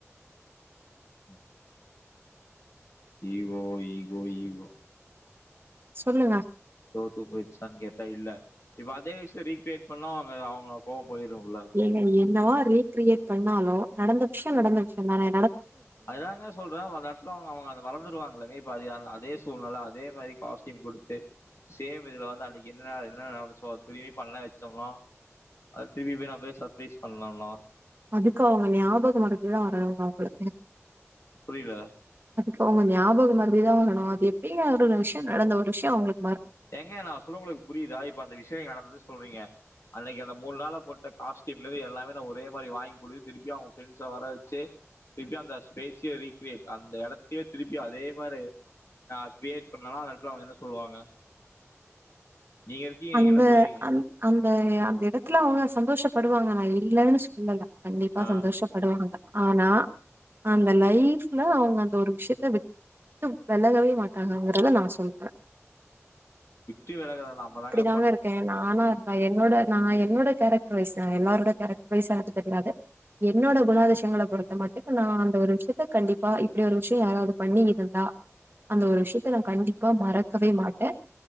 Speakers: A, on the left; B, on the right.
A: ம் ஈகோ ஈகோ ஈகோ
B: சொல்லுங்க
A: தோத்து போய்டுச்சான் கேட்டா இல்ல இப்ப அதே விஷ்யோ ரீக்கிரியேட் பண்ணா அவுங்க அவுங்க கோவ் போயிரூல
B: ஏங்க என்னவா ரீக்கிரியேட் பண்ணாலு நடந்து விஷ்யோ நடந்த விஷ்யந்தானே
A: அதாங்க சொல்றே வ அந்தெட்த்துல அவுங்க அவுங்க அத மறந்துடுவாங்கலங்க இப்ப அது யான் அத் தே சூழ்நில அதே மாரி காஸ்டியும் குடுத்து சேம் இதுல வந்து அன்னிக் என்னலா என்னலா நடந்துச்சோ அத்தினியு பா பண்ண வச்சோனா அது திருப்பி போய் நா போய் சப்ரைஸ் பண்ணன்னா
B: அதுக்கு அவுங்க ஞாபகோ வரது <unintelligible>
A: புரிதா
B: அப்போ அவுங்க ஞாபகொ மறதிதா ஆகணும் அது எப்படிங்க ஒரு விஷ்யொ நடந்த ஒரு விஷ்யோ அவுங்ளுக்
A: எங்க நா சொல்லுங்களுக்கு புரியுதா இப்ப அந்த விஷயம் நடந்துது சொல்றீங்க அன்னைக்கு அந்த மூணு நாள போட்ட காஸ்டியூம்ல இருந்து எல்லாமே நான் ஒரே மாரி வாங்கி கொடுது திருப்பி அவுங்க ஃப்ரெண்ட்ஸ வர வச்சு திருப்பியு அந்த ஸ்பேஸே ரீகிரியேட் அந்த இடத்தையே திருப்பி அதே மாரி நா கிரியேட் பண்ணனா அந்த எடத்துல அவுங்க என்ன சொல்லுவாங்க நீங்க இருக்கீங்க.
B: அந்த
A: நீங்க என்ன சொல்லுவீங்க?
B: அந் அந்த ஏ அந்த எடத்துல அவுங்க சந்தோஷப்படுவாங்க நா இல்லன்னு சொல்லல கண்டிப்பா
A: ஆ.
B: சந்தோஷப்படுவாங்க ஆனா அந்த லைஃப்ல அவுங்க அந்த ஒரு விஷயத்த விட் விட்டு வெலகவே மாட்டாங்கங்கறத நா சொல்ற
A: விட்டு வெலகல நம்மதாங்க
B: தாங்க இருக்கே நானு நா இருந்தா என்னோட நா என்னோட கேரக்டர் வைஸ் நா எல்லாரோட கேரக்டர் வைஸ் எனக்கு தெரியாது என்னோட குனோ வேண்டாத விஷயங்கள பொறுத்த மட்டுக்கு நா அந்த ஒரு விஷயத்த கண்டிப்பா இப்டி ஒரு விஷயோ யாராவது பண்ணி இருந்தா அந்த ஒரு விஷயத்த நா கண்டிப்பா மறக்கவே மாட்டே